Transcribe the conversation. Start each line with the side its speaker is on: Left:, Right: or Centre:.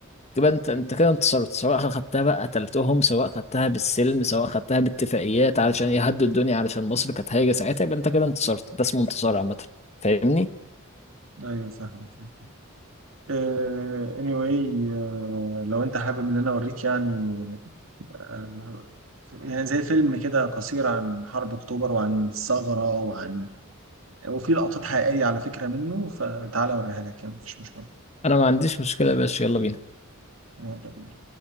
Left: تبقى انت انت كده انتصرت سواء خدتها بقى قتلتهم سواء خدتها بالسلم سواء خدتها باتفاقيات علشان يهدوا الدنيا علشان مصر كانت هايجه ساعتها يبقى انت كده انتصرت ده اسمه انتصار عامه فاهمني
Right: ايوه فاهم فاهم. آه anyway آه لو انت حابب ان انا اوريك يعني آه يعني زي فيلم كده قصير عن حرب اكتوبر وعن الثغره وعن وفي لقطات حقيقيه على فكره منه فتعالى اوريها لك يعني مفيش مشكله
Left: انا ما عنديش مشكله يا باشا يلا بينا
Right: يلا بينا.